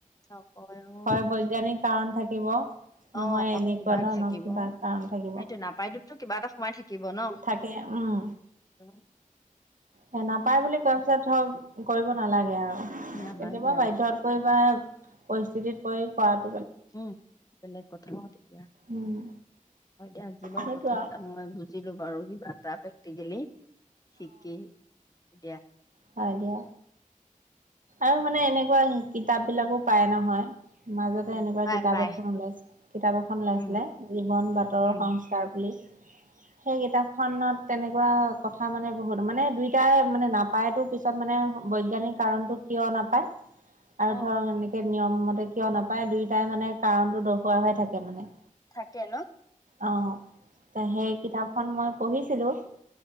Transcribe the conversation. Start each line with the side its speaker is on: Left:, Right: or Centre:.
Left: নকৰে অঁ।
Right: হয় বৈজ্ঞানিক কাৰণ থাকিব। নহয়
Left: অঁ
Right: এনেকুৱা
Left: অঁ কিবা
Right: ধৰণৰ
Left: থাকিব
Right: কিবা
Left: অঁ
Right: কাৰণ থাকিব,
Left: সেইটোৱে নাপায়তোত কিবা এটা সোমায় থাকিব ন ‌।
Right: থাকে উম।
Left: উ।
Right: সে নাপায় বুলি কোৱা পিছত ধৰক কৰিব নালাগে আৰু
Left: নালাগে
Right: কেতিয়াবা
Left: আৰু
Right: বাধ্যত পৰি বা পৰিস্থিতিত পৰি খোৱা
Left: উম তেলে কথা মতিতিয়া।
Right: উম,
Left: এতিয়া আজ লগৰ
Right: সেইটো
Left: কথা
Right: আৰু,
Left: এটা মই বুজিলো বাৰু কিবা এটা। সেইখিনি লচিকি এতিয়া।
Right: হব দিয়া। আৰু মানে এনেকোৱা কিতাপ বিলাকো পায় নহয়। মাজতে
Left: উম
Right: এনেকুৱা
Left: পাই
Right: কিতাপ
Left: পাই
Right: এখন ওলাই কিতাপ এখন ওলাইছিলে
Left: উম
Right: জীৱন বাটৰ
Left: উম
Right: সংস্কাৰ বুলি।
Left: <inaudible>
Right: সেই কিতাপখনত তেনেকুৱা কথা মানে বহুত মানে দুইটাই মানে নাপায়তো পিছত মানে। বৈজ্ঞানিক কাৰণতটো কিয় নাপায় আৰু
Left: অ
Right: ধৰ এনেকে নিয়ম মতে কিয় নাপায় দুটাই মানে কাৰণটো দৰ্শোৱা হৈ থাকে মানে।
Left: থাকে ন
Right: অ
Left: অ
Right: সেই কিতাপখন মই পঢ়িছিলো